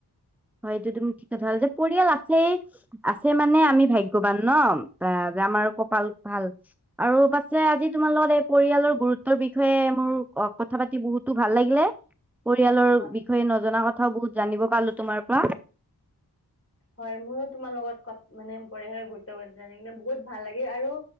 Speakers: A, in the centre; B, on the left.
A: হয় এইটো তুমি ঠিক কথা হ'ল যে পৰিয়াল আছে আছে মানে আমি ভাগ্যয়ৱান ন অ আমাৰ কপাল ভাল আৰু পাছে আজি তোমাৰ লগত এই পৰিয়ালৰ গুৰুত্বৰ বিষয়ে মোৰ। অ কথা পাতি বহুতো ভাল লাগিলে। পৰিয়ালৰ
B: হয়
A: বিষয়ে নজনা কথাও বহুত জানিব পালো তোমাৰ পৰা।
B: হয় মোৰো তোমাৰ লগত মানে পৰিয়ালে গুৰুপূৰ্ণ কিন্ত বহুত ভাল লাগে আৰু।